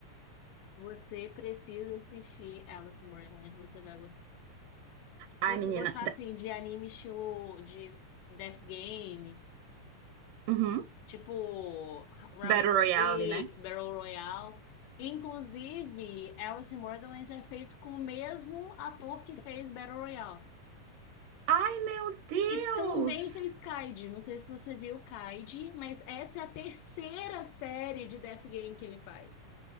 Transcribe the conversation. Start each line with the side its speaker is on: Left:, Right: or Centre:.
Left: Você precisa assistir Alice in Borderland, você vai gostar.
Right: Ai,
Left: Se você
Right: menina.
Left: gostar, assim, de anime estilo de Death Game,
Right: Uhum.
Left: tipo Round
Right: Battle Royale,
Left: Six,
Right: né?
Left: Battle Royale. Inclusive, Alice in Borderland é feito com o mesmo ator que fez Battle Royale.
Right: Ai, meu Deus!
Left: E também fez Kaid. Não sei se você viu Kaid, mas essa é a terceira série de Death Game que ele faz.